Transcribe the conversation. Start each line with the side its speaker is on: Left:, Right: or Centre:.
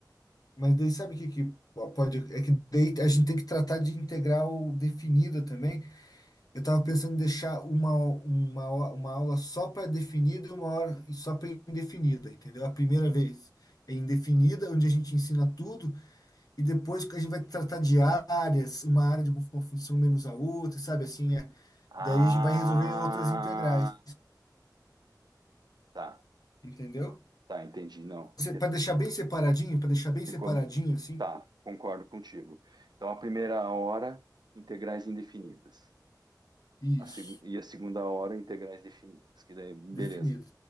Left: Mas daí sabe o que, que po- pode. É que daí a gente tem que tratar de integral definida também. Eu estava pensando em deixar uma, uma, uma aula só para definida e uma hora só para indefinida, entendeu? A primeira vez é indefinida, onde a gente ensina tudo. E depois a gente vai tratar de áreas, uma área de uma função menos a outra, sabe assim? É.
Right: Ah,
Left: Daí a gente vai resolver outras integrais,
Right: tá,
Left: entendeu?
Right: tá, entendi. Não, acho que até
Left: Para deixar
Right: ficou,
Left: bem separadinho, para deixar bem
Right: ficou,
Left: separadinho assim,
Right: tá, concordo contigo. Então, a primeira hora, integrais indefinidas.
Left: isso,
Right: A seg- e a segunda hora, integrais definidas. Que daí, beleza.
Left: definido.